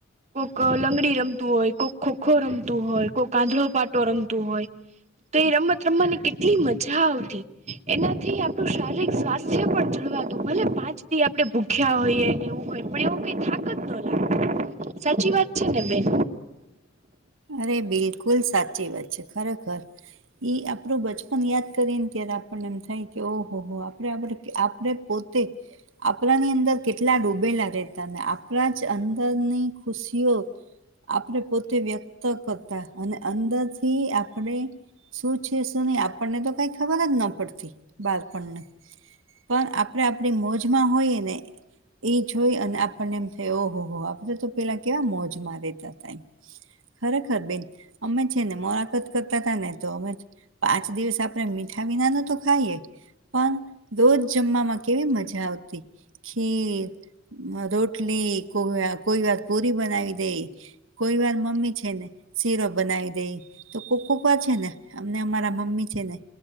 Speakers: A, on the right; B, on the right.
A: કોક લંગડી રમતું હોય, કોક ખો-ખો રમતું હોય, કોક આંધળો પાટો રમતું હોય. તો એ રમત રમવાની કેટલી મજા આવતી. એનાથી આપણું શારીરિક સ્વાસ્થ્ય પણ જળવાતું, ભલે પાંચ દી આપણે ભૂ ખ્યા હોય ને એવું હોય, પણ એવું કંઈ થાક જ ન લાગે, સાચી વાત છે ને બેન
B: અરે બિલકુલ સાચી વાત છે, ખરેખર. ઈ આપણો બચપન યાદ કરીને ત્યારે આપણને એમ થાય કે ઓહોહો આપણે આ બધા આપણે પોતે આપણાની અંદર કેટલા ડૂબેલા રહેતા, ને આપણા જ અંદરની ખુશીઓ આપણે પોતે વ્યક્ત કરતા, અને અંદરથી આપણે શું છે, શું નહીં, આપણને તો કંઈ ખબર જ ન પડતી બાળપણને. પણ આપડે આપણી મોજમાં હોઈએ ને એ જોઈ અને આપણને એમ થ ઓહોહ આપડે તો પેલા કેવા મોજમાં રેતા હતા એમ ખરેખર બેન. અમે છે ને મોળાકાત કરતા તા ને તો અમે પાંચ દિવસ આપ આપણે મીઠા વિના નો તો ખાઈએ, પણ રોજ જમવામાં કેવી મજા આવતી. ખીર, રોટલી, કોઈ-કોઈ વાર પુરી બનાવી દેઈ કોઈ વાર મમ્મી છે ને શીરો બનાવી દેઈ તો કોક-કોક વાર છે ને અમને અમારા મમ્મી છે ને